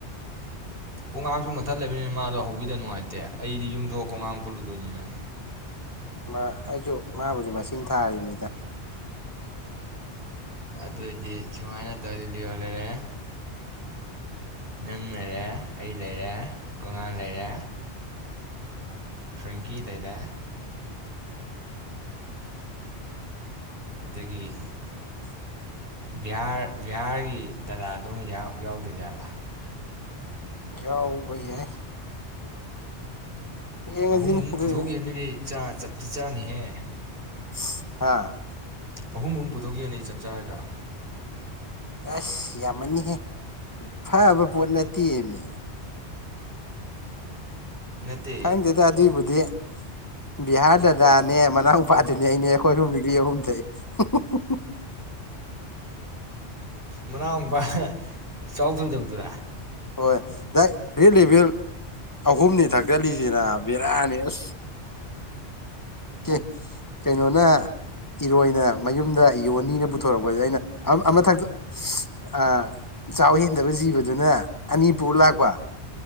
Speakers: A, on the right; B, on the left.
A: ꯀꯣꯛꯉꯥꯡꯁꯨ ꯃꯊꯟ ꯂꯩꯕꯅꯤꯅ ꯃꯥꯗꯣ ꯍꯧꯕꯤꯗ ꯅꯨꯡꯉꯥꯏꯇꯦ ꯑꯩꯗꯤ ꯌꯨꯝꯊꯣꯛꯑꯒ ꯀꯣꯛꯒꯥꯡ ꯄꯨꯜꯂꯨꯗꯣꯏꯅꯤꯅ
B: ꯑꯣ ꯑꯩꯁꯨ ꯃꯥꯕꯨꯗꯤ ꯃꯁꯤꯡ ꯊꯥꯔꯤꯕꯅꯤꯗ
A: ꯑꯗꯨꯑꯣꯏꯗꯤ ꯁꯨꯃꯥꯏꯅ ꯇꯧꯔꯁꯤ ꯂꯤꯌꯣ ꯂꯩꯔꯦ ꯅꯪ ꯂꯩꯔꯦ ꯑꯩ ꯂꯩꯔꯦ ꯀꯣꯛꯉꯥꯡ ꯂꯩꯔꯦ ꯐ꯭ꯔꯦꯡꯀꯤ ꯂꯩꯔꯦ ꯑꯗꯒꯤ- ꯕꯤꯍꯥꯔ ꯕꯤꯍꯥꯔꯒꯤ ꯗꯗꯥꯗꯨꯃ ꯌꯥꯎ ꯌꯥꯎꯗꯣꯏꯖꯥꯠꯂꯥ
B: ꯌꯥꯎꯕ ꯌꯥꯏ ꯌꯦꯡꯉꯁꯤꯅꯦ
A: ꯑꯍꯨꯝꯒꯨꯝ
B: ꯑꯗꯨꯗꯤ
A: ꯄꯨꯊꯣꯛꯈꯤꯕꯅꯗꯤ ꯆꯥ ꯆꯠ ꯇꯤꯆꯥꯥꯅꯤꯍꯦ
B: ꯐꯁ-ꯍꯥꯥ-
A: ꯑꯍꯨꯝ ꯒꯨꯝ ꯄꯨꯊꯣꯛꯈꯤꯕꯅꯗꯤ ꯆꯞ ꯆꯥꯔꯣꯏꯗ꯭ꯔꯣ?
B: ꯑꯁ ꯌꯥꯝꯃꯟꯅꯤꯍꯦ ꯐꯕ ꯄꯣꯠ ꯅꯠꯇꯦ ꯃꯤ
A: ꯅꯠꯇꯦ
B: ꯈꯪꯗꯦꯗ ꯑꯗꯨꯏꯕꯨꯗꯤ ꯕꯤꯍꯥꯔ ꯗꯗ ꯗꯥꯅꯦ ꯃꯅꯥꯎ ꯄꯥꯗꯨꯅꯦ ꯑꯩꯅꯦ ꯑꯩꯈꯣꯏ ꯑꯍꯨꯝ ꯂꯤꯛꯂꯤ ꯑꯍꯨꯝ ꯊꯛꯏ ꯎꯝ ꯍꯝ-ꯍꯝ-ꯍꯝ-
A: ꯃꯅꯥꯎ ꯄꯥ ꯆꯥꯎ ꯊꯣꯏꯗꯕꯗꯨꯔꯥ
B: ꯍꯣꯏ ꯗꯥꯏꯔꯦꯛ ꯔꯦꯠ ꯂꯦꯚꯦꯜ ꯑꯍꯨꯝꯅꯤ ꯊꯛꯇꯠꯂꯤꯖꯦ ꯅꯥꯕ ꯕꯤꯔꯥꯅꯤ ꯑꯁ ꯑꯦ ꯀꯩꯅꯣꯅ ꯏꯔꯣꯏꯅ ꯃꯌꯨꯝꯗ ꯌꯣꯟꯅꯤꯅ ꯄꯨꯊꯣꯔꯛꯄꯖꯦ ꯑꯩꯅ ꯑꯃ ꯑꯃ ꯊꯛꯇꯣꯛ ꯁꯍ-ꯑꯑ ꯆꯥꯎ ꯍꯦꯟꯗꯕ ꯖꯤꯕꯗꯨꯅ ꯑꯅꯤ ꯄꯨꯔ ꯂꯥꯛꯄ